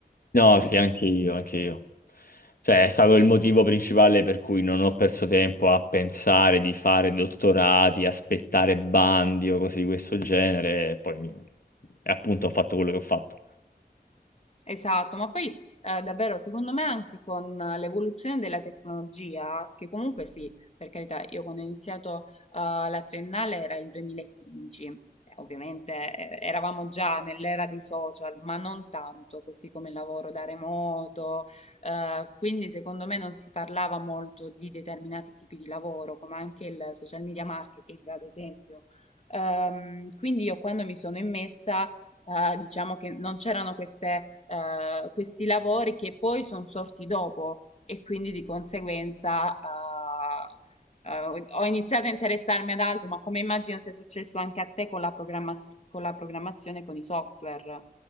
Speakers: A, on the left; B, on the left.
A: No, sì, anche io, anche io. Cioè, è stato il motivo principale per cui non ho perso tempo a pensare di fare dottorati, aspettare bandi o cose di questo genere, e poi mi- e appunto ho fatto quello che ho fatto.
B: Esatto, ma poi eh, davvero secondo me anche con l'evoluzione della tecnologia, che comunque sì, per carità, io quando ho iniziato eh, la triennale era il 2015, eh, ovviamente eh, eravamo già nell'era dei social, ma non tanto, così come il lavoro da remoto, eh, quindi secondo me non si parlava molto di determinati tipi di lavoro, come anche il social media marketing, ad esempio. Ehm, quindi io quando mi sono immessa eh, diciamo che non c'erano queste, eh, questi lavori che poi sono sorti dopo e quindi di conseguenza eh, eh, ho iniziato a interessarmi ad altro, ma come immagino sia successo anche a te con la programma- con la programmazione, con i software.